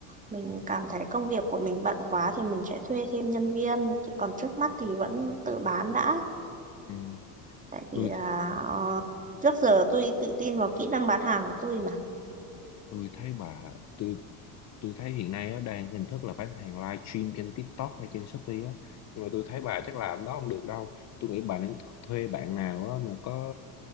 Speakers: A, on the right; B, on the left.
A: mình cảm thấy công việc của mình bận quá thì mình sẽ thuê thêm nhân viên, Chứ còn trước mắt thì vẫn tự bán đã,
B: ừ.
A: tại
B: tôi
A: vì là ờ, trước giờ tôi tự tin vào kỹ năng bán hàng của tôi mà.
B: tôi thấy mà tôi tôi thấy hiện nay nó đang hình thức là bán hàng live stream trên TikTok hay trên Shopee á nhưng mà tôi thấy bà chắc làm đó không được đâu tôi nghĩ bà nên th- thuê bạn nào á mà có